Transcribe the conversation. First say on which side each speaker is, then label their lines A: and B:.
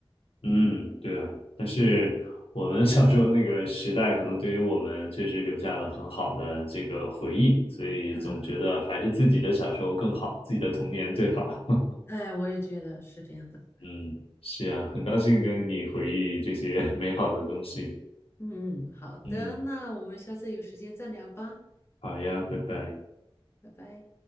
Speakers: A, on the left (about 80°); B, on the left (about 25°).
A: 嗯，对啊，但是我们小时候那个时代，可能对于我们确实留下了很好的这个回忆，所以总觉得还是自己的小时候更好，
B: 嗯，
A: 自己的童年最好。
B: 哎，我也觉得是这样的。
A: 嗯，是呀，很高兴跟你回忆这些 <laughs> 美好的东西。
B: 嗯，好的，
A: 嗯，
B: 那我们下次有时间再聊吧，
A: 好呀，拜拜。
B: 拜拜。